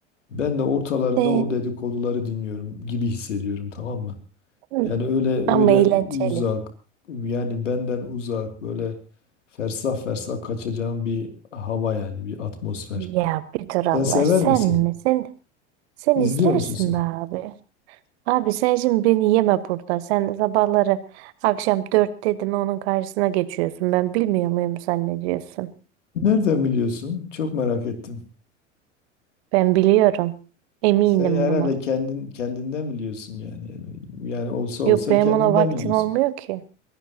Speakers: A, on the left; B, on the right.
A: Ben de ortalarında
B: e,
A: o dedikoduları dinliyorum gibi hissediyorum tamam mı?
B: hı.
A: Yani öyle
B: Ama
A: öyle
B: eğlenceli.
A: uzak yani benden uzak böyle fersah fersah kaçacağım bir hava yani bir atmosfer.
B: Ya bir dur Allah
A: Sen sever
B: sen
A: misin?
B: mi? Sen, sen
A: İzliyor
B: izlersin
A: musun sen?
B: be abi. Abi sen şimdi beni yeme burada. Sen sabahları akşam dört dedim onun karşısına geçiyorsun. Ben bilmiyor muyum zannediyorsun?
A: Nereden biliyorsun? Çok merak ettim.
B: Ben biliyorum. Eminim
A: Sen herhalde
B: buna.
A: kendin kendinden biliyorsun yani. Yani olsa olsa
B: Yok benim
A: kendinden
B: ona vaktim
A: biliyorsun.
B: olmuyor ki.